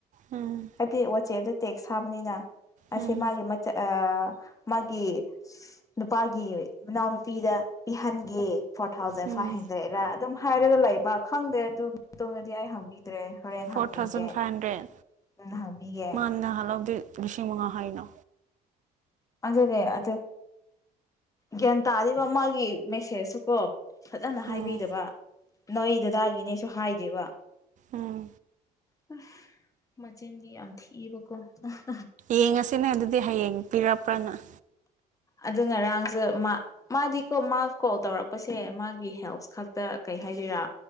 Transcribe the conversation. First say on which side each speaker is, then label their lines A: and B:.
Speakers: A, on the right (about 45°); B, on the left (about 20°).
A: ꯎꯝ
B: ꯀꯗꯤ ꯋꯥꯆꯦꯞꯇ ꯇꯦꯛꯁ ꯊꯥꯕꯅꯤꯅ ꯑꯁꯦ
A: ꯎꯝ
B: ꯃꯥꯒꯤ ꯃꯆ ꯑ ꯃꯥꯒꯤ ꯅꯨꯄꯥꯒꯤ ꯃꯅꯥꯎ ꯅꯨ ꯄꯤꯗ ꯄꯤꯍꯟꯒꯦ four thousand
A: um
B: five hundred ꯔꯥ ꯑꯗꯨꯝ ꯍꯥꯏꯔꯒ ꯂꯩꯕ ꯈꯪꯗꯦ ꯑꯗꯨꯒꯤ ꯃꯇꯨꯡꯗꯗꯤ ꯑꯩ ꯍꯪꯕꯤ ꯗ꯭ꯔꯦ ꯍꯣꯔꯦꯟ
A: ꯐꯣꯔ
B: ꯍꯥꯡꯕꯤꯒꯦ
A: ꯊꯥꯎꯖꯟ ꯐꯥꯏꯚ ꯍꯟꯗ꯭ꯔꯦꯠ
B: ꯎꯝ ꯍꯥꯡꯕꯤꯒꯦ
A: ꯃꯥ ꯅꯍꯥꯟ ꯂꯧꯕꯗꯤ ꯂꯤꯁꯤꯡ ꯃꯉꯥ ꯍꯥꯏꯅ
B: ꯑꯗꯨꯅꯦ ꯑꯗꯨ ꯒ꯭ꯌꯥꯟ ꯇꯥꯔꯤꯕ ꯃꯥꯒꯤ ꯃꯦꯁꯦꯖꯁꯨꯀꯣ ꯐꯖꯅ ꯍꯥꯏꯕꯤꯗꯕ
A: ꯎꯝ
B: ꯅꯣꯏ ꯗꯗꯥꯒꯤꯅꯦꯁꯨ ꯍꯥꯏꯗꯦꯕ
A: ꯎꯝ
B: ꯍꯨ ꯃꯆꯤꯟꯗꯤ ꯌꯥꯝ ꯊꯤꯕꯀꯣ ꯑꯍ
A: ꯌꯦꯡꯉꯁꯤꯅꯦ ꯑꯗꯨꯗꯤ ꯍꯌꯦꯡ ꯄꯤꯔꯛꯄ ꯄ <unintelligible>
B: ꯑꯗꯨ ꯉꯔꯥꯡꯁꯨ ꯃꯥ ꯃꯥꯗꯤ ꯀꯣ ꯃꯥ ꯀꯣꯜ ꯇꯧꯔꯛꯄꯁꯦ ꯁꯦ ꯃꯥꯒꯤ ꯍꯦꯜꯞ ꯈꯛꯇ ꯀꯩ ꯍꯥꯏꯗꯣꯏꯔꯥ